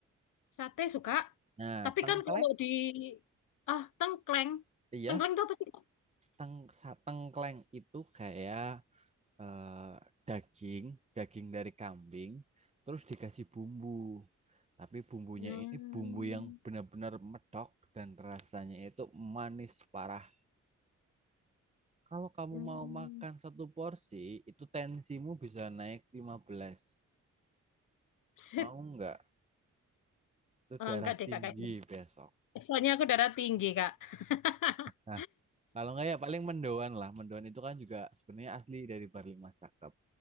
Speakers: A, on the left (about 85°); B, on the right (about 20°).
A: Sate suka.
B: Nah,
A: Tapi
B: tengkleng,
A: kan kalau di ah tengkleng.
B: iya,
A: Tengkleng itu apa sih? Kak?
B: teng, sa- tengkleng itu kayak eh, daging, daging dari kambing, terus dikasih bumbu. Tapi bumbunya
A: Hmm.
B: ini bumbu yang benar-benar medok dan rasanya itu manis parah. Kalau kamu
A: hmm.
B: mau makan satu porsi, itu tensimu bisa naik lima belas
A: <laughs> Set.
B: Mau nggak? Itu
A: Eh,
B: darah
A: enggak deh
B: tinggi
A: kak kayaknya.
B: besok.
A: Soalnya aku darah tinggi kak. <laughs>
B: Nah, kalau nggak ya paling mendoan lah. Mendoan itu kan juga sebenarnya asli dari Barli Mas Cakep.